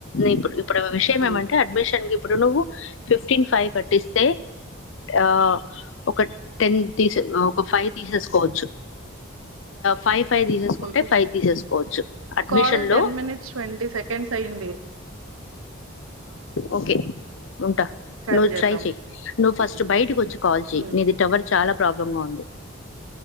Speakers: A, on the left; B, on the right.
A: ఇప్పుడు ఇప్పుడు విషయం
B: హ్మ్.
A: ఏమంటే అడ్మిషన్ కి ఇప్పుడు నువ్వు ఫిఫ్టీన్ ఫైవ్ కట్టిసై ఆ ఒక టెన్ తీస ఒక ఫైవ్ తీసేసుకోవచ్చు ఫైవ్ ఫైవ్ తీసేసుకుంటే
B: హ్మ్.
A: ఫైవ్ తీసేసుకోవచ్చు అడ్మిషన్
B: కాల్
A: లో
B: మినిట్స్ సెకండ్స్ అయింది.
A: ఓకె ఉంట
B: కట్
A: నువ్వు
B: జేద్దాం.
A: ట్రై చెయి నువ్వు ఫస్ట్
B: హ్మ్.
A: బయటకి వచ్చి కాల్ చెయి
B: హ్మ్.
A: నీది టవల్ చాలా ప్రాబ్లంగా ఉంది